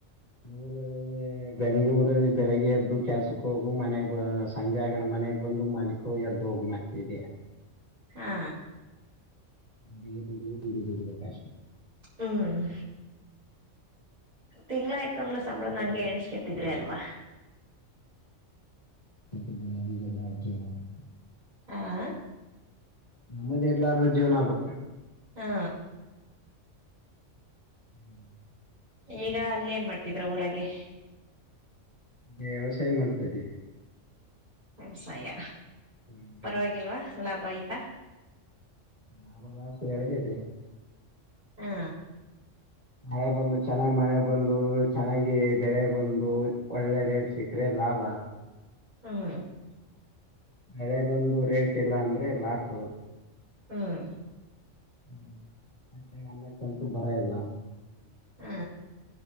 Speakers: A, on the left (about 30°); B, on the right (about 35°).
A: ನ <unintelligible> ಬೆಂಗಗಳೂರಲ್ಲಿ ಬೆಳಗ್ಗೆ ಎದ್ದು ಕೆಲ್ಸಕ್ಕೆ ಹೋಗು ಮನೆಗ್ ಸಂಜೆಗನ ಮನೆಗ್ ಬಂದು ಮಲಗು ಎದ್ದು ಹೋಗಿ ಮತ್ ಇದಿಯಾ
B: ಹಾ
A: ಬಿಡಿ ಬಿಡಿ ಬಿಡಿ ಬಿಡಿಕಾಶ
B: ಹ್ಮ್ ತಿಂಗ್ಳಾಯ್ತು ಅಂದ್ರೆ ಸಂಬಳ ನಂಗೆ ಎಣೆಿಸ್ಕತ್ತಿದ್ರಿ ಅಲ್ವಾ
A: ಹ ನ ಎಲ್ಲ ಅ ಜನ <unintelligible>
B: ಹಾ
A: ನೆಮ್ಮದಿ ಇರ್ಲರ್ದ ಜೀವನ ಅದು
B: ಹಾ
A: ಹ್ಮ್
B: ಈಗ ಅಲ್ಲಿ ಏನ್ ಮಾಡ್ತಿದ್ರ ಊರಾಗ
A: ವ್ಯವಸಾಯ ಮಾಡ್ತದೆನಿ
B: ವ್ಯವಸಾಯ
A: ಹ್ಮ್
B: ಪರವಾಗಿಲ್ವಾ ಲಾಭ ಆಯ್ತಾ
A: ನಾ ಬಲಾಸ ಎರಡ ಇದೆ <unintelligible>
B: ಹಾ
A: ಮಳೆ ಬಂದು ಚೆನ್ನಾಗ್ ಮಳೆ ಬಂದು ಚೆನ್ನಾಗಿ ಬೆಳೆ ಬಂದು ಒಳ್ಳೆ ರೇಟ್ ಸಿಕ್ಕ್ರೆ ಲಾಭ
B: ಹ್ಮ
A: ಮಳೆ ಬಂದು ರೇಟ್ ಇಲ್ಲ ಅಂದ್ರೆ ಲಾಸು
B: ಹ್ಮ್
A: ಹ್ಮ್ ಮತ್ತೆ ಅಮ್ಮಕ್ಕಂತು ಬರ ಇಲ್ಲ
B: ಹ್ಮ